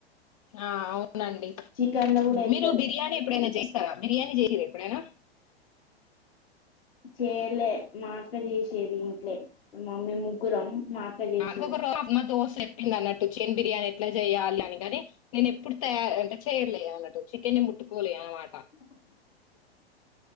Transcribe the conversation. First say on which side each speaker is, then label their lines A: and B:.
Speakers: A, on the left; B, on the left.
A: ఆ అవునండి
B: చికెన్ లో కూడా ఏత్తరు
A: మీరు బిర్యానీ ఎప్పుడైనా చేస్త బిర్యానీ చేయద ఎప్పుడేనా
B: చేయలే మాక్క చేసేది ఇంట్లే మమ్మీ ముగ్గురం మా అక్క చేసేది
A: అ ఒక మా దోస చెప్పింది అన్నట్టు చికన్ బిర్యానీ ఎట్లా చెయాలి అనిగాని నేను ఎప్పుడు తయ అంటే చెయలేదు అన్నటు చికె ని ముట్టుకోలే అన్నమాట
B: <inaudible>